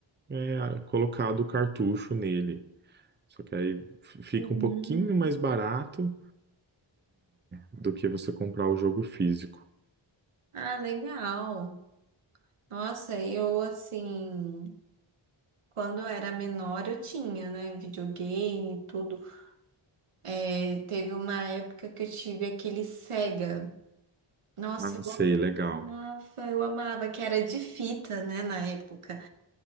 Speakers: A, on the right; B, on the right.
A: é, colocado o cartucho nele. Só que aí f- fica
B: Uhum.
A: um pouquinho mais barato do que você comprar o jogo físico.
B: Ah, legal. Nossa, eu assim, quando eu era menor eu tinha, né, videogame, e tudo. É, teve uma época que eu tive aquele Sega. Nossa,
A: Ah, sei,
B: eu
A: legal,
B: amava, eu amava, que era de fita, né, na época,